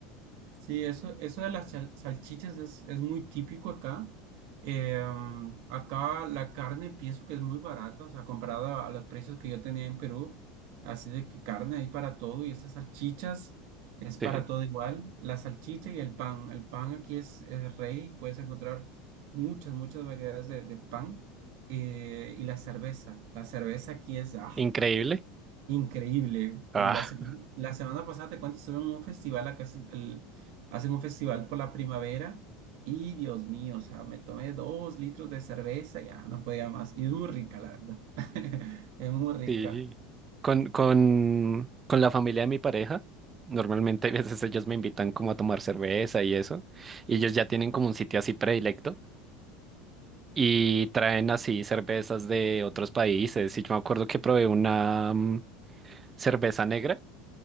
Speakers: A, on the right; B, on the right.
A: Sí, eso, eso de las sal- salchichas es, es muy típico acá. Eh, am, acá la carne pienso que es muy barata, o sea, comparada a los precios que yo tenía en Perú. Así de que carne hay para todo y esas salchichas es para
B: Sí,
A: todo igual. La salchicha y el pan. El pan aquí es, es rey, puedes encontrar muchas, muchas variedades de, de pan. Eh, y la cerveza. La cerveza aquí es... ¡ah!
B: increíble.
A: Increíble.
B: Ah.
A: En La, sem- la semana pasada, te cuento, estuve en un festival, acá es el- hacen un festival por la primavera y Dios mío, o sea, me tomé dos litros de cerveza, ya no podía más. Y es muy rica, la verdad. <laughs> Es muy rica.
B: Sí. Con, con, con la familia de mi pareja, normalmente <laughs> a veces ellos me invitan como a tomar cerveza y eso, y ellos ya tienen como un sitio así predilecto y traen así cervezas de otros países. Y yo me acuerdo que probé una mm, cerveza negra